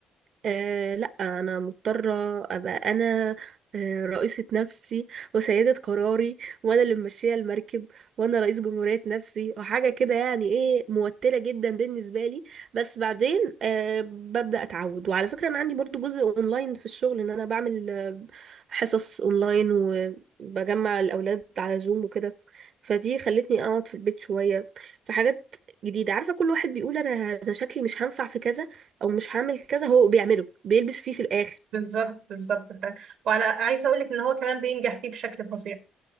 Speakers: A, on the right; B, on the right.
A: آه لا انا مضطره ابقى انا آه رئيسه نفسي وسيده قراري وانا اللي ماشيه المركب وانا رئيس جمهوريه نفسي وحاجه كده يعني ايه موتره جدا بالنسبه لي بس بعدين آه ببدا اتعود وعلى فكره انا عندي برضو جزء اونلاين في الشغل ان انا بعمل آه، حصص اونلاين وبجمع الاولاد على زوم وكده فدي خلتني اقعد في البيت شويه في حاجات جديده عارفه كل واحد بيقول انا انا شكلي مش هنفع في كذا او مش هعمل كذا هو بيعمله بيلبس فيه في الاخر
B: بالظبط بالظبط فعلا وعلى عايزه اقول لك ان هو كمان بينجح فيه بشكل فظيع